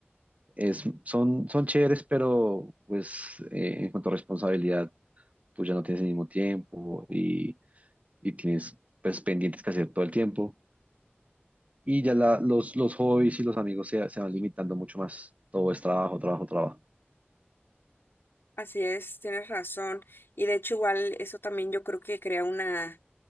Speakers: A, on the right; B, on the left.
A: es, son, son chéveres, pero pues eh, en cuanto a responsabilidad, tú ya no tienes el mismo tiempo y, y tienes pues pendientes que hacer todo el tiempo. y ya la- los, los hobbies y los amigos se, se van limitando mucho más. Todo es trabajo, trabajo, trabajo.
B: Así es, tienes razón. Y de hecho, igual eso también yo creo que crea una